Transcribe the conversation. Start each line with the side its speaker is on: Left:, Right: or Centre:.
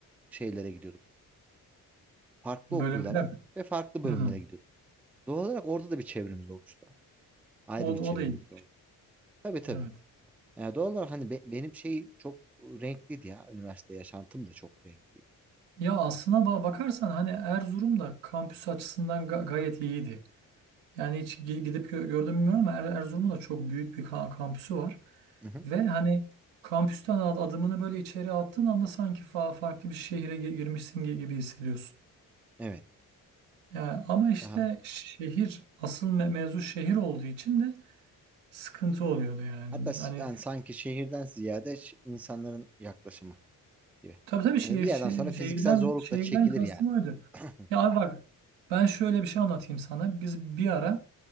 Centre: şeylere gidiyorduk. Farklı
Right: Bölümde
Centre: okullara
Right: mi?
Centre: ve farklı bölümlere
Right: Hı.
Centre: gidiyorduk. Doğal olarak orada da bir çevremiz oluştu. Ayrı
Right: O,
Centre: bir çevremiz
Right: o da iyi.
Centre: de oldu. Tabii tabii.
Right: Evet.
Centre: Yani doğal olarak hani be- benim şey çok renkliydi ya. Üniversite yaşantım da çok renkliydi.
Right: Ya aslına ba- bakarsan hani Erzurum da kampüs açısından ga- gayet iyiydi. Yani hiç gi- gidip gö- gördüm mü bilmiyorum ama Er- Erzurum'un da çok büyük bir ka- kampüsü var.
Centre: Mhm.
Right: Ve hani kampüsten ad- adımını böyle içeri attığın anda sanki fa- farklı bir şehire gi- girmişsin gi- gibi hissediyorsun.
Centre: Evet.
Right: Yani ama işte
Centre: Daha.
Right: şehir asıl me mevzu şehir olduğu için de sıkıntı oluyordu yani.
Centre: Hatta s-
Right: Hani
Centre: yani sanki şehirden ziyade ş- insanların yaklaşımı gibi.
Right: tabii tabii şehir,
Centre: Hani bir yerden
Right: şe-
Centre: sonra fiziksel
Right: şehirden
Centre: zorluk
Right: şehirden
Centre: da çekilir
Right: kastım
Centre: yani.
Right: oydu.
Centre: <clears throat> Hı
Right: Ya abi bak ben şöyle bir şey anlatayım sana. Biz bir ara